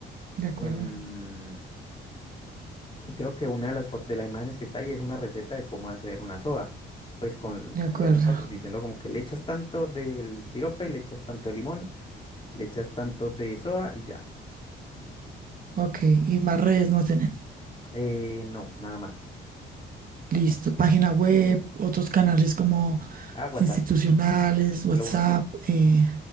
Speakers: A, on the right; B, on the left.
A: de acuerdo,
B: Em, y creo que una de las, fo- de las imágenes que está ahí es una receta de cómo hacer una soda, pues con,
A: de acuerdo.
B: con lo de nosotros, diciendo como que le echas tanto del sirope, le echas tanto de limón, le echas tanto de soda y ya.
A: Ok, y más redes no tienen.
B: Eh, no, nada más.
A: Listo, página web, otros canales como
B: Ah, WhatsApp,
A: institucionales, WhatsApp,
B: lo único.
A: eh,